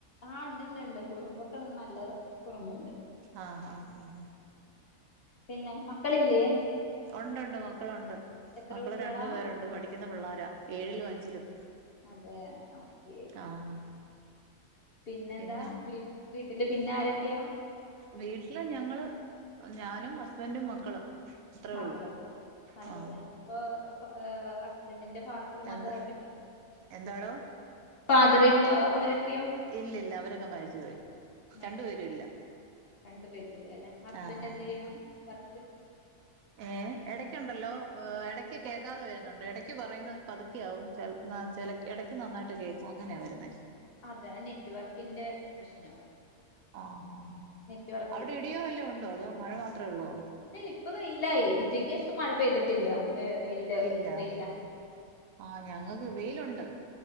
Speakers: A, on the left; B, on the right.
A: ആഹ് ണ്ട്ണ്ട് ണ്ട് കുറുമ്പൊക്കെ നല്ല കുറുമ്പുണ്ട്
B: ആഹ് ആഹ് ആഹ്
A: പിന്നെ മക്കളില്ലേ?
B: ഒണ്ട്ണ്ട് മക്കളുണ്ട്
A: എത്ര
B: മക്കള്
A: കുട്ടികളാ
B: രണ്ടു പേരുണ്ട് പഠി ക്കു ന്ന പിള്ളാര ഏഴിലും അഞ്ചിലും
A: അതെ ഓക്കെ
B: ആഹ്
A: പിന്നെന്താ
B: പിന്നെ
A: വീ വീട്ടില് പിന്നെ ആരൊക്കെയാ?
B: വീട്ടില് ഞങ്ങള് ഞാനും ഹസ്ബൻറും മക്കളും. അത്രേ
A: മാത്രേ
B: ഉള്ളൂ
A: ഉള്ളല്ലേ അതെല്ലേ
B: ആഹ്
A: അപ്പൊ എഏഹ് ഹസ്ബൻറിന്റെ ഫാദർ മദർ
B: എന്ത്
A: അവരൊക്കെ
B: എന്താടോ
A: ഫാദർ ഇൻ ലോ അവരൊക്കെയോ?
B: ഇല്ലില്ല അവരൊക്കെ മരിച്ചുപോയി.
A: മരിച്ചു
B: രണ്ടു പേരു ഇല്ല.
A: രണ്ടു പേരുമില്ല അല്ലെ ഹസ്ബന്റെന്തെയ്യ്ണ്
B: ആഹ് ആഹ് ആഹ്
A: വർക്ക്?
B: ഏഹ് എടയ്ക്കുണ്ടല്ലോ എടയ്ക്ക് കേക്കാതെ വരുന്നുണ്ട് എടയ്ക്ക് പറയുന്നത് പതുക്കെ ആവും ചെൽ നാ ചെല എടയ്ക്ക് നന്നായിട്ട് കേക്കും അങ്ങനെയ വരുന്നേ
A: അതെ അ നെറ്റ് വർക്കിന്റെ പ്രശ്നാവും.
B: ആഹ് ആഹ് ആഹ്
A: നെറ്റ് വർക്ക്
B: അവിടെ ഇടിയോ വല്ലോ ഉണ്ടോ അതോ മഴ മാത്രേ ഉള്ളോ?
A: ഇല്ലല്ല ഇപ്പ വെയിലായി ഉച്ചയ്ക്കേഷം മഴ പെയ്തിട്ടില്ല. വേ വെയില്
B: ഇല്ല
A: വെയിലാ
B: ആഹ് ആഹ് ഞങ്ങക്ക് വെയിലുണ്ട്.